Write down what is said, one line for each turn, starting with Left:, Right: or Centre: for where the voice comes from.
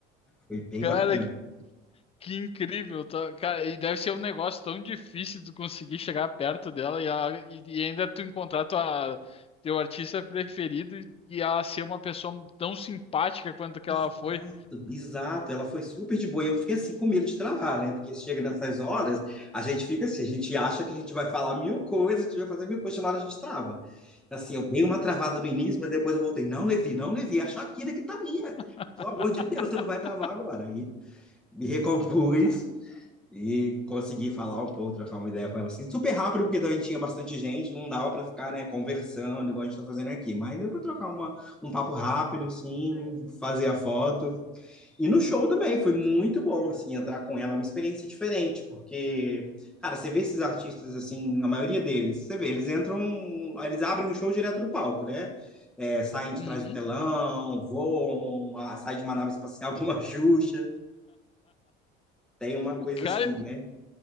Centre: Foi bem
Left: Cara,
Centre: bacana.
Left: Que incrível, tá? Cara, e deve ser um negócio tão difícil de conseguir chegar perto dela e, ela- e- e ainda tu encontrar tua, teu artista preferido e e ela ser uma pessoa tão simpática quanto que
Centre: Exato,
Left: ela foi.
Centre: exato. Ela foi super de boa. E eu fiquei assim com medo de travar, né? Porque chega nessas horas, a gente fica assim, a gente acha que a gente vai falar mil coisas, que a gente vai fazer mil coisas, na hora a gente trava. Assim, eu dei uma travada no início, mas depois eu voltei. Não, Levi, não, Levi, é a Shakira que tá minha.
Left: <laughs>
Centre: Pelo amor de Deus, você não vai travar agora. Aí me recompus e consegui falar um pouco, trocar uma ideia com ela assim, super rápido, porque também tinha bastante gente, não dava para ficar, né, conversando, igual a gente tá fazendo aqui. Mas deu para trocar uma, um papo rápido, assim, fazer a foto. E no show também, foi muito bom, assim, entrar com ela, é uma experiência diferente, porque, cara, você vê esses artistas, assim, a maioria deles, você vê, eles entram, eles abrem um show direto do palco, né? É, saem
Left: Uhum.
Centre: de trás do telão, voam, a- saem de uma nave espacial <laughs> como a Xuxa, tem uma coisa
Left: Cara,
Centre: assim, né?